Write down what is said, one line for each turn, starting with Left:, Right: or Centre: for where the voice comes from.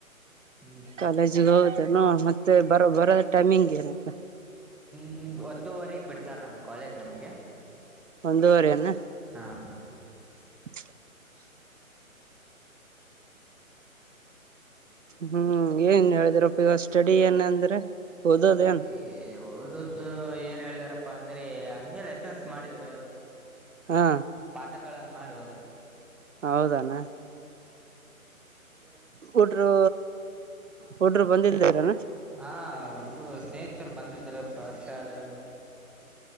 Centre: ಹ್ಮ್
Right: ಕಾಲೇಜಿಗೆ ಹೋಗುತ್ತೆ ಮತ್ತೆ ಬರ ಬರೋದ ಟೈಮಿಂಗ್ಗೆ ಅನು
Centre: ಹ ಒಂದೂವರೆ ಬಿಡ್ತಾರೆ ನಮ್ ಕಾಲೇಜ್ ನಮಗೆ
Right: ಒಂದೂವರೆ ಅನ್ನ
Centre: ಹಾ
Right: <inaudible> ಹ್ಮ್ ಏನ್ ಹೇಳಿದಿರಪ್ಪ ಈವಾಗ ಸ್ಟಡಿ ಏನ ಅಂದ್ರೆ ಓದೋದೇನ್
Centre: ಏ ಓದ್ದು ಏನ್ ಹೇಳಿದ್ರ ಅಂದ್ರೆ ಹಂಗೆ ಲೆಸನ್ಸ್ ಮಾಡಿದ್ರ
Right: ಹಾ
Centre: ಪಾಠಗಳ ಮಾಡಿ ಹೋದ್ರೆ
Right: ಹೌದಣ ಹುಡ್ರು ಹುಡ್ರೂ ಬಂದಲ್ದರಾನ
Centre: ಹಾ ಹುಡುಗು ಸ್ನೇಹಿತರು ಬಂದಿದ್ರಪ್ಪ ವರ್ಷ ಆದ್ರ